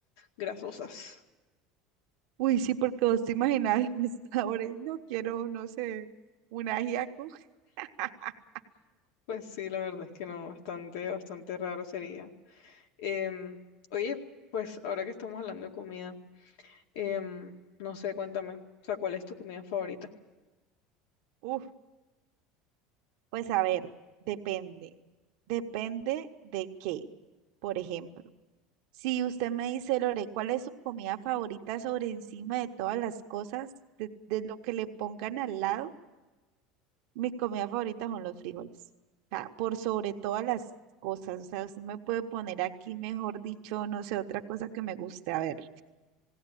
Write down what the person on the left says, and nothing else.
grasosas.
Pues sí, la verdad es que no, bastante, bastante raro sería. Em, oye, pues ahora que estamos hablando de comida, em, no sé, cuéntame, o sea, ¿cuál es tu comida favorita?